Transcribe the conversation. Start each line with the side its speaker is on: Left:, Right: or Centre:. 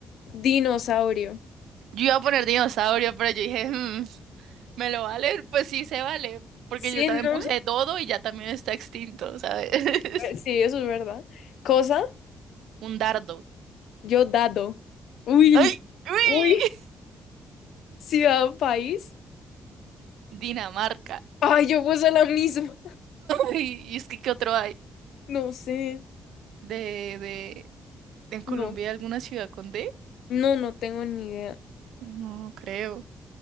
Left: dinosaurio.
Right: Yo iba a poner dinosaurio, pero yo dije, "Mm, ¿me lo vale? Pues sí, se vale. Porque
Left: Sí,
Right: yo también
Left: ¿no?
Right: puse dodo y ya también está extinto, ¿sabes? <laughs>
Left: Eh, Sí, eso es verdad. Cosa,
Right: Un dardo.
Left: yo dado. Uy,
Right: ¡Ay! ¡Uy!
Left: uy.
Right: <laughs>
Left: Ciudad, o país.
Right: Dinamarca.
Left: Ay, yo puse la misma. <laughs>
Right: ¡Uy! ¿Y es que qué otro hay?
Left: No sé.
Right: De, de, ¿en Colombia
Left: No,
Right: hay alguna ciudad con D?
Left: no, no tengo ni idea.
Right: No creo.